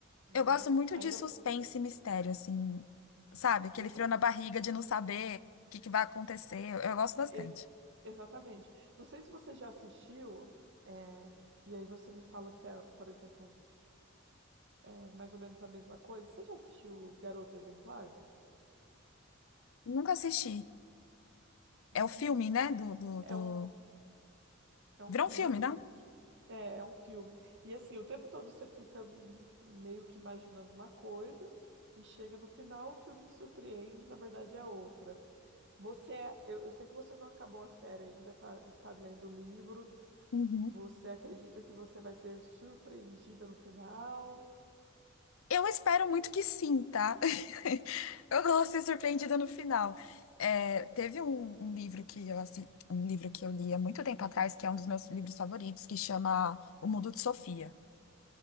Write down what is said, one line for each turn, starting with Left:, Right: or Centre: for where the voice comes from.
Right: não
Left: Eu gosto
Right: é?
Left: muito
Right: Ainda
Left: de suspense e mistério, assim, sabe? Aquele
Right: eu
Left: frio
Right: também.
Left: na barriga de não saber o que que vai acontecer. Eu, eu gosto bastante.
Right: E- exatamente. Não sei se você já assistiu, é, e aí você me fala se é, por exemplo, é mais ou menos a mesma coisa. Você já assistiu Garota Exemplar?
Left: Nunca assisti.
Right: Hum,
Left: É o filme, né? Do, do,
Right: é
Left: do...
Right: um, é um
Left: Virou
Right: filme.
Left: um filme, não?
Right: É, é um filme. E assim, o tempo todo você fica hum, meio que imaginando uma coisa e chega no final, o filme te surpreende, na verdade é outra. Você, é- eu, eu sei que você não acabou a série ainda, tá, tá lendo o livro.
Left: Uhum.
Right: Você acredita que você vai ser surpreendida no final?
Left: Eu espero muito que sim, tá? <laughs> Eu gosto de ser surpreendida no final. É, teve um, um livro que eu assi- um livro que eu li há muito tempo atrás, que é um dos meus livros favoritos, que chama O Mundo de Sofia.